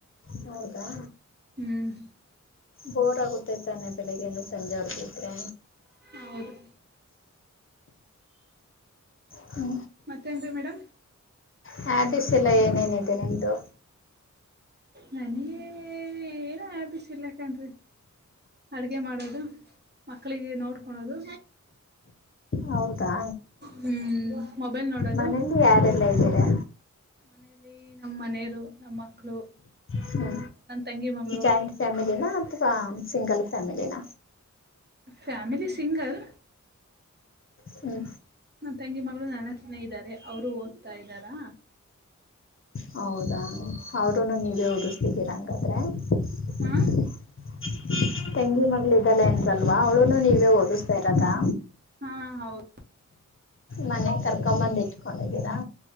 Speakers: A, on the left (about 45°); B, on the right (about 35°).
A: ಹೌದಾ.
B: ಹ್ಮ್.
A: ಬೋರ್ ಆಗುತ್ತೆೈ ತಾನೆ ಬೆಳಿಗ್ಗೆಯಿಂದ ಸಂಜೆವರೆಗ ಇದಿದ್ದ್ರೆ.
B: ಹೌದು.
A: ಹ್ಮ.
B: ಮತ್ತೇನ್ರಿ ಮೇಡಮ್
A: ಹಾ ಬಿಸಿಲ್ಲ ಏನೇನ ಇದೆ ನಿಮ್ದು.
B: ನನಗ ಏನ ಹ್ಯಾಬಿಟ್ ಇಲ್ಲಕಣ್ರಿ ಅಡ್ಗೆ ಮಾಡೋದು ಮಕ್ಳಿಗೆ ನೋಡ್ಕೊಳೋದು.
A: ಹೌದಾ
B: ಹ್ಞೂ ಮೊಬೈಲ್ ನೋಡೋದು
A: ಮನೇಲಿ ಯಾರೆಲ್ಲಾ ಇದ್ದೀರಾ.
B: ಮನೇಲಿ. ನಮ್ಮ್ ಮನೆಯರು ನಮ್ಮ ಮಕ್ಕಳು
A: ಹ್ಮ
B: ನನ್ನ ತಂಗಿ ಮಗಳು
A: ಜಾಯಿಂಟ್ ಫ್ಯಾಮಿಲಿಿನ ಅಥವಾ ಸಿಂಗಲ್ ಫ್ಯಾಮಿಲಿನ.
B: Family single.
A: ಹ್ಞೂ
B: ನನ್ ತಂಗಿ ಮ ಅವರು ನನ ಚೆನ್ನ ಇದ್ದಾರೆ ಅವರು ಓದ್ತಾ ಇದ್ದಾರಾ
A: ಹೌದಾ ಅವರುನು ನೀವು <unintelligible> ಹಂಗಾದ್ರೆ.
B: ಹಾ
A: <inaudible> ತೆಂಗಿ ಮಗಳು ಇದ್ದಾಳೆ ಅಂದ್ರಿ ಅಲ್ವಾ ಅವಳುನು ನೀವೇ ಓದಿಸ್ತಾ ಇರದಾ.
B: ಹಾ ಹೌದು
A: ಮನೆಗ್ ಕರ್ಕೊಂಡ್ ಬಂದು ಇಟ್ಕೊಂಡಿದ್ದೀರಾ.